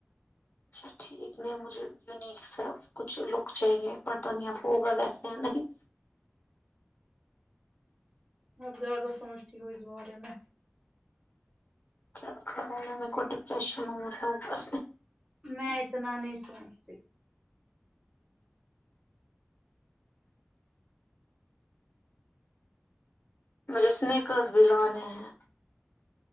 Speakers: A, on the left; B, on the right.
A: اچھا ٹھیک نہیں مجھے یونیک سا کچھ لک چاہیے برتان اب ہوگا ویسے یا نہیں
B: آپ زیادہ سوچتی ہو اس بارے میں
A: کیا کرو میر کو ڈپریشن ہو رہا ہے وہ بس
B: میں اتنا نہیں سوچتی
A: مجھے اسنیکز بھی لانے ہیں